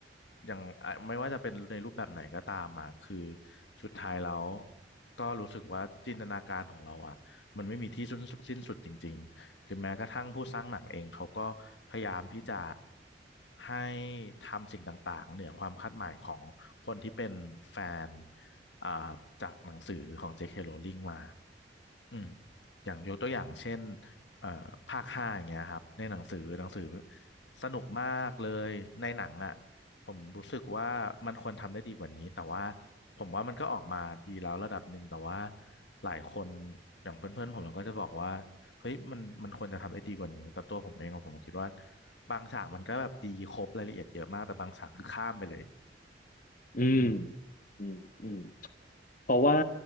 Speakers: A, on the left (about 80°); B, on the left (about 50°).
A: อย่างอ่ะไม่ว่าจะเป็นในรูปแบบไหนก็ตามอะคือสุดท้ายแล้วก็รู้สึกว่าจินตนาการของเราอะมันไม่มีที่สิ้นสุดสิ้นสุดจริง หรือแม้กระทั่งผู้สร้างหนังเองเขาก็พยายามที่จะให้ทำสิ่งต่างๆเหนือความคาดหมายของคนที่เป็นแฟนอ่าจากหนังสือของ J.K. Rowling มา อืมอย่างยกตัวอย่างเช่นเอ่อภาคห้าอย่างเงี้ยครับในหนังสือหนังสือสนุกมากเลยในหนังอ่ะผมรู้สึกว่ามันควรทำได้ดีกว่านี้แต่ว่าผมว่ามันก็ออกมาดีแล้วระดับหนึ่งแต่ว่าหลายคนอย่างเพื่อนๆผมเราก็จะบอกว่าเฮ้ยมันมันควรจะทำได้ดีกว่านี้แต่ตัวผมเองอะผมคิดว่าบางฉากมันก็แบบดีครบรายละเอียดเยอะมากแต่บางฉากคือข้ามไปเลย
B: อืม
A: อืม
B: อืมอืมเพราะว่า